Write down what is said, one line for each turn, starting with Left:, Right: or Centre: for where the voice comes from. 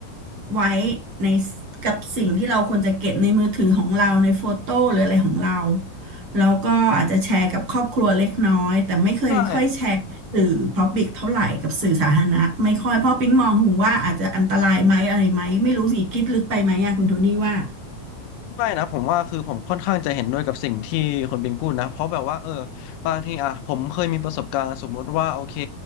Right: ไว้ในกับสิ่งที่เราควรจะเก็บในมือถือของเราในโฟโต้หรืออะไรของเราแล้วก็อาจจะแชร์กับครอบครัวเล็กน้อยแต่ไม่เคยค่อยแชร์
Left: ใช่
Right: สื่อ Public เท่าไหร่กับสื่อสาธารณะไม่ค่อยเพราะปิ๊งมองถึงว่าอาจจะอันตรายไหมอะไรไหมไม่รู้สิคิดลึกไปไหมอะคุณโทนี่ว่า
Left: ไม่นะผมว่าคือผมค่อนข้างจะเห็นด้วยกับสิ่งที่คนปิงพูดนะเพราะแบบว่าเออบางทีอ่ะผมเคยมีประสบการณ์สมมุติว่าโอเค